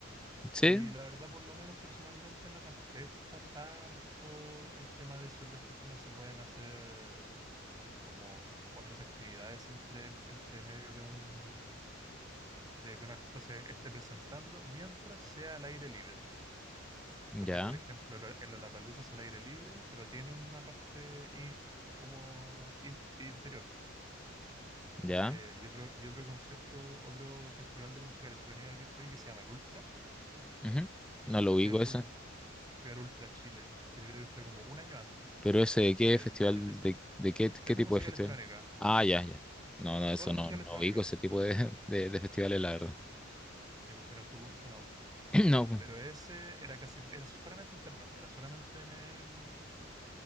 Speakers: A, in the centre; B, on the right (about 20°).
A: Sí.
B: Y la verdad, por lo menos personalmente, no me afecta tanto el tema de si otras personas se pueden hacer como otras actividades entre, entre medio de un de que un artista se esté presentando mientras sea al aire libre.
A: Ya.
B: Porque, por ejemplo, lo- el Lollapalooza es al aire libre, pero tiene una parte i- como in- interior.
A: Ya.
B: Eh, y otro, y otro concierto, otro festival de música electrónica que fui que se llama el Ultra.
A: ujú. No lo ubico
B: Fui al,
A: eso.
B: Ul- fui al Ultra Chile, que yo creo que fue como un año antes
A: Pero ese de
B: del
A: qué festival,
B: dos mil diecinueve
A: de, de qué, qué
B: Es de
A: tipo
B: música
A: de festival.
B: electrónica,
A: Ah, ya, ya. No, no,
B: solo
A: eso no,
B: música
A: no
B: electrónica.
A: ubico ese tipo de, <laughs> de, de festivales, la verdad.
B: Sí, pues si no es tu gusto, no,
A: <clears throat> No, pues,
B: Pero ese era casi, era solamente interno, era solamente en el,